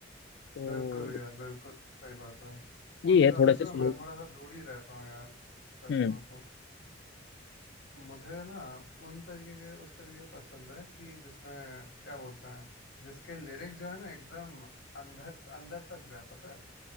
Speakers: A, on the left; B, on the left.
A: तो
B: बिल्कुल यार बिल्कुल सही बात है
A: ये
B: उन
A: है
B: गानों
A: थोड़े से
B: से ना
A: स्लो
B: मैं थोड़ा सा दूर ही रहता हूँ यार सच
A: हम्म
B: कहूँ तो मुझे ना उन तरीके के उस तरीके पसंद है कि जिसमें क्या बोलते हैं जिसके लिरिक्स जो है ना एकदम अंदर अंदर तक जाए पता है